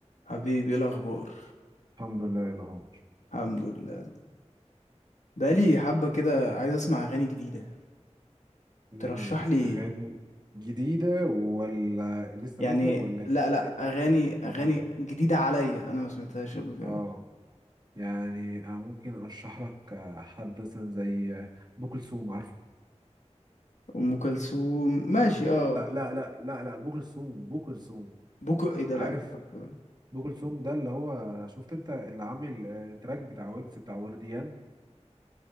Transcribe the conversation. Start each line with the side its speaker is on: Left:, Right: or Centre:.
Left: حبيبي ايه الاخبار
Right: الحمد لله يلا هو
Left: الحمد لله بقالي حبه كده عايز اسمع اغاني جديده
Right: مم،
Left: ترشح لي
Right: أغاني
Left: ايه؟
Right: جديدة ولا لسه
Left: يعني
Right: نازلة ولا أنت
Left: لا لا
Right: أنت
Left: اغاني
Right: ممكن تكون سمعتها
Left: اغاني جديده عليا انا ما سمعتهاش قبل كده
Right: أه يعني أنا ممكن أرشح لك آه، حد مثلا زي آه، أبو كلثوم عارف
Left: ام كلثوم ماشي
Right: لا بو
Left: اه
Right: لا لا لا لا لا أبو كلثوم أبو كلثوم
Left: بوكو ايه ده
Right: عارف
Left: لا مش عارفه
Right: أبو كلثوم ده اللي هو شفت أنت اللي عامل آه، تراك بتاع ويجز بتاع ورديان